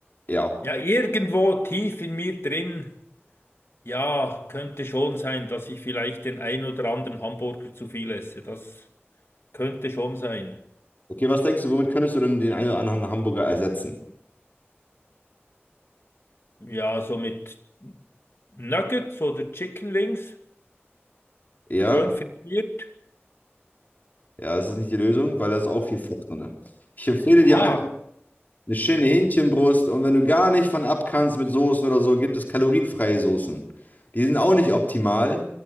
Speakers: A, on the left; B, on the left.
A: ja.
B: ja, irgendwo tief in mir drin, ja, könnte schon sein, dass ich vielleicht den ein oder anderen Hamburger zu viel esse. Das könnte schon sein.
A: Okay, was denkst du, womit könntest du denn den einen oder anderen Hamburger ersetzen?
B: Ja, so mit Nuggets oder Chicken Wings,
A: Ja,
B: schön frittiert.
A: ja, das ist nicht die Lösung, weil da ist auch viel Fett drin. Ich empfehle
B: Ah,
A: dir einfach eine schöne Hähnchenbrust und wenn du gar nicht von ab kannst mit Soßen oder so, gibt es kalorienfreie Soßen. Die sind auch nicht optimal,